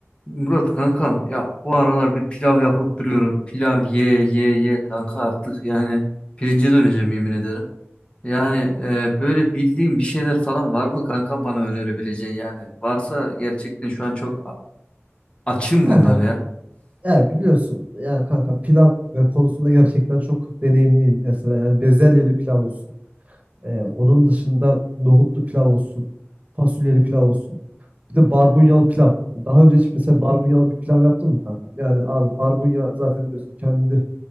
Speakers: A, on the left; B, on the right.
A: Murat kankam ya bu aralar bir pilav yapıp duruyorum. Pilav ye ye ye kanka artık yani pirince döneceğim yemin ederim. Yani e, böyle bildiğim bir şeyler falan var mı kanka bana önerebileceğin yani. Varsa gerçekten şu an çok a- açım
B: Kanka
A: bunlara ya.
B: ya biliyorsun yani kanka pilav e, konusunda gerçekten çok deneyimliyim. Mesela yani bezelyeli pilav olsun. E, onun dışında nohutlu pilav olsun. Fasulyeli pilav olsun. Bir de barbunyalı pilav. Daha önce hiç mesela barbunyalı bir pilav yaptın mı kanka? Yani abi barbunya zaten biliyorsun kendi